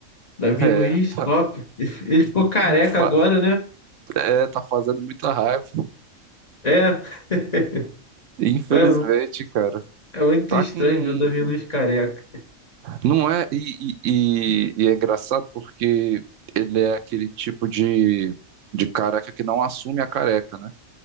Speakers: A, on the left (about 30°); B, on the right (about 70°).
A: Davi
B: É,
A: Luiz,
B: tá,
A: top. <laughs> Ele ficou careca
B: fa-
A: agora, né?
B: é, tá fazendo muita raiva.
A: É. <laughs>
B: Infelizmente,
A: É
B: cara.
A: é muito
B: Tá
A: estranho
B: com.
A: ver o Davi Luiz careca.
B: Não é. E, e, e- e é engraçado porque ele é aquele tipo de, de careca que não assume a careca, né?